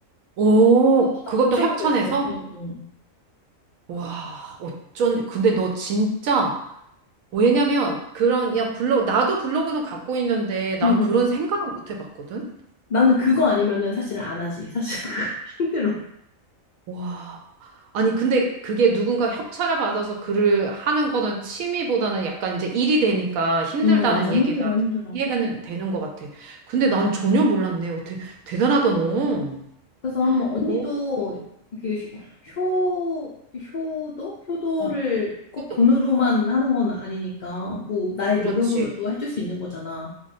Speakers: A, on the right; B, on the left.
A: 오,
B: 그것도 다
A: 그것도
B: 협찬으로
A: 협찬해서?
B: 했어. 응, 응.
A: 와, 어쩐, 근데 너 진짜, 왜냐면, 그런, 그냥 블로그, 나도 블로그는 갖고 있는데, 난
B: 응, 응,
A: 그런
B: 응. 응.
A: 생각을 못 해봤거든?
B: 나는 그거 아니면은 사실은 안 하지. 사실 그거 <laughs> 힘들어.
A: 와. 아니, 근데 그게 누군가 협찬을 받아서 글을 하는 거는 취미보다는 약간 이제 일이 되니까 힘들다는
B: 응, 맞아.
A: 얘기가
B: 힘들어, 힘들어.
A: 좀 이해가 되는 것 같아. 근데 난 전혀 몰랐네. 어떻게 대단하다, 너.
B: 그래서 한번 언니도
A: 어?
B: 이게 효, 효- 효도? 효도를
A: 어,
B: 꼭
A: 그래도
B: 돈으로만 하는 건 아니니까 뭐 나의
A: 그렇지.
B: 노력으로도 해줄 수 있는 거잖아.